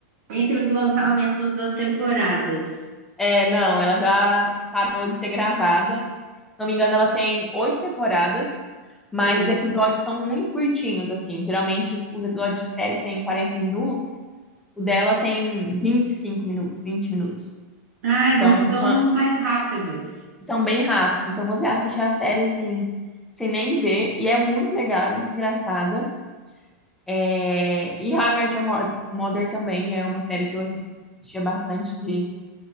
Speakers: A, on the right; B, in the centre.
A: entre os lançamentos das temporadas.
B: É, não, ela já parou de ser gravada. Se não me engano, ela tem oito temporadas, mas
A: Hum.
B: os episódios são muito curtinhos, assim. Geralmente os, os episódios de série têm 40 minutos, o dela tem 25 minutos, 20 minutos.
A: Ai,
B: Então
A: bom que são
B: são,
A: mais rápidos.
B: são bem rápidos. Então você assiste a série assim, sem nem ver, e é muito legal, é muito engraçada. É, e How I Met Your Mo- Mother também é uma série que eu assistia bastante de,